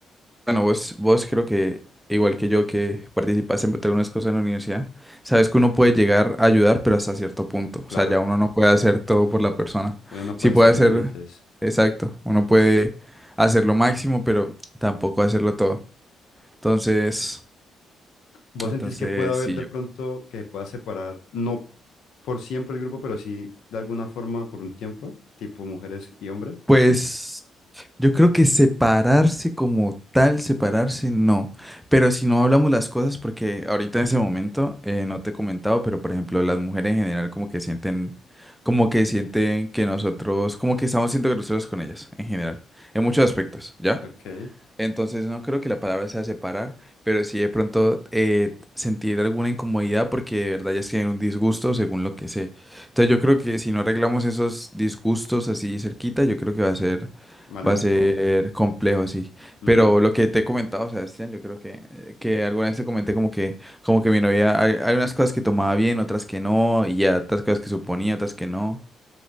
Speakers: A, in the centre; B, on the left.
A: bueno, vos, vos creo que, igual que yo, que participaste en algunas cosas en la universidad, sabes que uno puede llegar a ayudar, pero hasta cierto punto. O
B: Claro.
A: sea, ya uno no puede hacer todo por la persona.
B: Uno no
A: Sí
B: puede
A: puede
B: ser
A: hacer,
B: límites.
A: exacto, uno puede hacer lo máximo, pero tampoco hacerlo todo. Entonces,
B: ¿Vos
A: entonces
B: sentís que puede haber
A: sí,
B: de
A: yo
B: pronto que pueda separar, no por siempre el grupo, pero sí de alguna forma por un tiempo, tipo mujeres y hombres?
A: Pues yo creo que separarse como tal, separarse no. Pero si no hablamos las cosas, porque ahorita en ese momento eh, no te he comentado, pero por ejemplo, las mujeres en general como que sienten, como que sienten que nosotros, como que estamos siendo groseros con ellas en general, en muchos aspectos, ¿ya?
B: Ok.
A: Entonces no creo que la palabra sea separar, pero sí de pronto eh, sentir alguna incomodidad porque de verdad ya es que hay un disgusto según lo que sé. Entonces yo creo que si no arreglamos esos disgustos así cerquita, yo creo que va a ser,
B: Maluco.
A: va a ser complejo, sí.
B: Mm.
A: Pero lo que te he comentado, Sebastián, yo creo que, eh, que alguna vez te comenté como que, como que mi novia, hay, hay unas cosas que tomaba bien, otras que no, y ya otras cosas que suponía, otras que no.